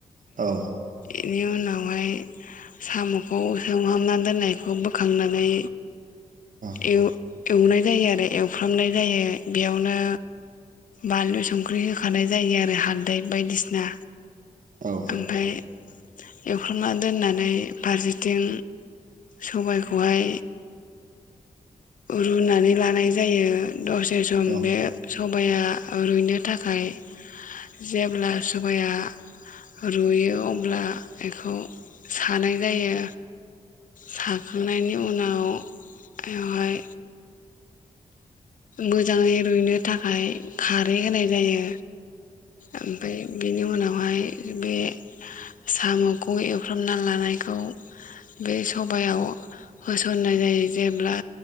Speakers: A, on the right (about 60°); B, on the left (about 60°).
A: औ
B: इनि उनावहाय साम'खौ सोमहामना दोननायखौ बोखांनानै
A: औ
B: इउ एवनाय जायो आरो एवफ्रामनाय जायो बेयावनो बानलु संख्रि होखानाय जायो आरो हाल दै बायदिसिना
A: औ औ
B: ओमफाय एवफ्रामना दोननानै फारसेथिं सबायखौहाय रुनानै लानाय जायो दसे सम
A: औ
B: बे स सबाइया रुइनो थाखाय जेब्ला स सबाइया रुयो अब्ला इखौ सानाय जायो साखांनायनि उ उनाव एवहाय गोजाङै रुइनो थाखाय खारै होनाय जायो ओमफाय बेनि उनाव <unintelligible> हाय बे साम'खौ एवफ्रामना लानायखौ बे सबायाव होसननाय जायो जेब्ला